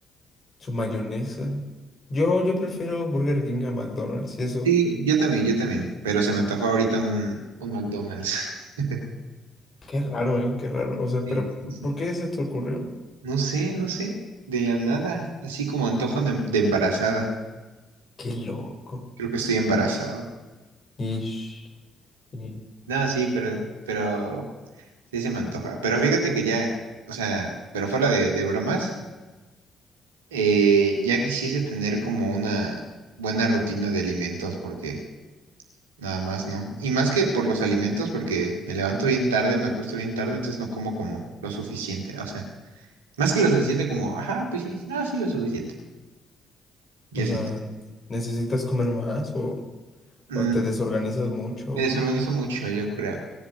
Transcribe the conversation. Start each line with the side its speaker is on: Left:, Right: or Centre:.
Left: su mayonesa. Yo, yo prefiero Burger King a McDonald's y eso.
Right: Sí, yo también, yo también. Pero se me antojó ahorita un, un McDonald's. <laughs>
Left: Qué raro, ¿eh? Qué raro. O sea,
Right: Sí,
Left: pero
Right: sí, sí.
Left: ¿por qué se te ocurrió?
Right: No sé, no sé. De la nada. Así como antojo de, de embarazada.
Left: Qué loco.
Right: Creo que estoy embarazado.
Left: Ish, ish.
Right: No, sí, pero, pero sí se me antoja. Pero fíjate que ya, o sea, pero fuera de, de bromas. Eh, ya quisiese tener como una buena rutina de alimentos, porque nada más, ¿no? Y más que por los alimentos, porque me levanto bien tarde, me acuesto bien tarde, entonces no como como lo suficiente. O sea, más que lo suficiente como, ajá, pues sí, no, sí lo suficiente. Yo
Left: O sea,
Right: siento.
Left: ¿necesitas comer más o,
Right: Mm,
Left: o te desorganizas mucho o
Right: me desorganizo
Left: cómo?
Right: mucho, yo creo.